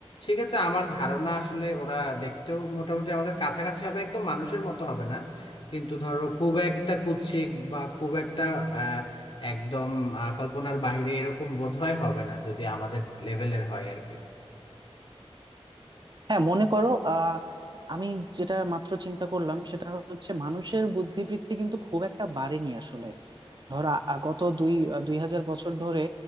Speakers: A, on the left; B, on the right.
A: সেক্ষেত্রে আমার ধারণা আসলে ওরা দেখতেও মোটামুটি আমাদের কাছাকাছি হবে একদম মানুষের মতো হবে না কিন্তু ধরো খুব একটা কুৎসিক বা খুব একটা আহ একদম আহ, কল্পনার বাইরে এরকম বোধহয় হবে না যদি আমাদের লেভেলের হয় আর কি
B: হ্যাঁ মনে করো আহ আমি যেটা মাত্র চিন্তা করলাম সেটা হচ্ছে মানুষের বুদ্ধিবৃত্তি কিন্তু খুব একটা বাড়েনি আসলে ধর আ- আ- গত দুই দুই হাজার বছর ধরে